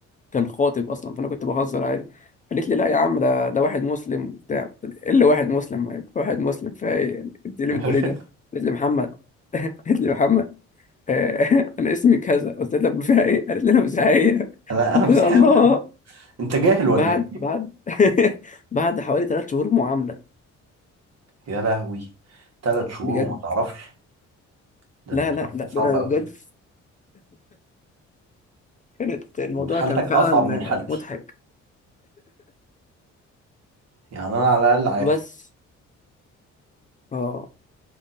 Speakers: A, on the left; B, on the right.
A: كان خاطب اصلا فانا كنت بهزر عادي قالت لي لا يا عم ده ده واحد مسلم وبتاع قلت لها، ايه اللي واحد مسلم يعني واحد مسلم فايه يعني؟ انت ليه
B: <laughs>
A: بتقولي ده قالت لي محمد <laughs> قالت لي محمد آه <laughs> انا اسمي كذا قلت لها طب <laughs> فيها ايه قالت لي انا مش عاية
B: انا انا
A: قلت
B: مسيحي
A: لها الله
B: يا محمد انت جاهل ولا
A: بعد
B: ايه
A: بعد <laughs> بعد حوالي ثلاث شهور معاملة
B: يا لهوي ثلاث شهور
A: بجد
B: وما تعرفش ده
A: لا
B: انت حالتك
A: لا لا
B: صعبه قوي
A: بجد كانت الموضوع
B: انت حالتك
A: كان فعلا
B: اصعب من حالتي
A: مضحك
B: يعني انا على الاقل عارف
A: بس اه